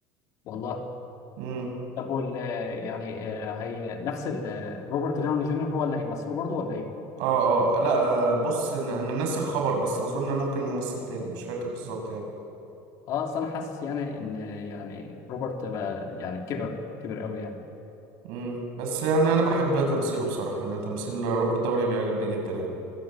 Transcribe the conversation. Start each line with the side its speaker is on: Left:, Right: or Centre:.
Left: والله
Right: امم
Left: طب وال يعني آه، هي نفس ال- روبرت داوني جونيور هو اللي هيمثله برضه ولا ايه
Right: اه اه آه، لا آه، بص انا أنا ناسي الخبر بس اظن ممكن ممثل تاني مش فاكر بالظبط يعني
Left: اه اصل انا حاسس يعني ان يعني روبرت بقى يعني كبر كبر قوي يعني
Right: امم بس يعني انا بحب تمثيله بصراحة يعني تمثيل روبرت داوني بيعجبني جدا يعني